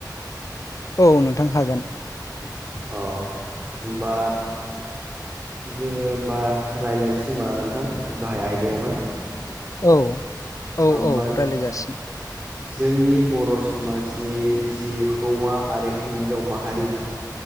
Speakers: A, on the left (about 50°); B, on the right (about 20°).
A: औ नोंथां हागोन।
B: अ होमबा जोङो होमबा रायज्लायनोसै होमबा नोंथां गाहाय आयदायावहाय।
A: औ औ
B: होमबा
A: औ रायलायजासिम।
B: जोंनि बर' समाजनि जि हौवा आरो हिन्जाव माहारि